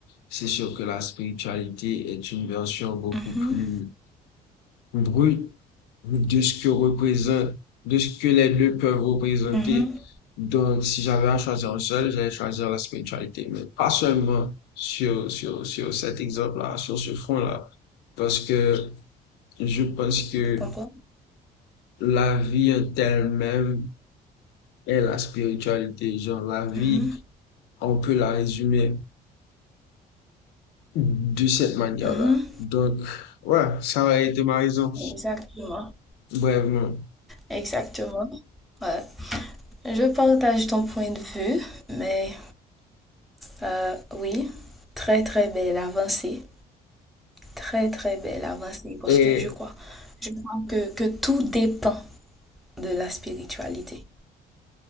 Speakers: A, on the left; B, in the centre.
A: c'est sûr que la spiritualité est une version beaucoup
B: mhm,
A: plus brute de ce que représente, de ce que les deux peuvent représenter.
B: mhm.
A: Donc, si j'avais à choisir un seul, j'allais choisir la spiritualité, mais pas seulement sur, sur, sur cet exemple-là, sur ce front-là, parce que je pense que
B: Je comprends.
A: la vie en elle-même est la spiritualité. Genre, la vie,
B: Mhm,
A: on peut la résumer de cette manière-là.
B: mhm.
A: Donc, ouais, ça aurait été ma raison,
B: Exactement,
A: brèvement.
B: exactement. Ouais. Je partage ton point de vue, mais euh, oui, très très belle avancée, très très belle avancée, parce
A: Et,
B: que je crois, je crois que, que tout dépend de la spiritualité.